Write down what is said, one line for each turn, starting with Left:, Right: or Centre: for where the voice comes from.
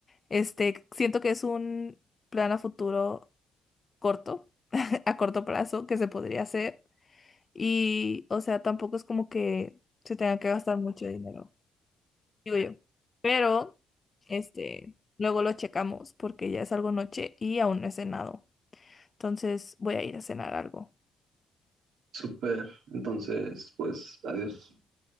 Left: Este, siento que es un plan a futuro corto, <laughs> a corto plazo, que se podría hacer. Y, o sea, tampoco es como que se tenga que gastar mucho dinero, digo yo. Pero, este, luego lo checamos porque ya es algo noche y aún no he cenado. Entonces voy a ir a cenar algo.
Right: Súper. Entonces, pues adiós.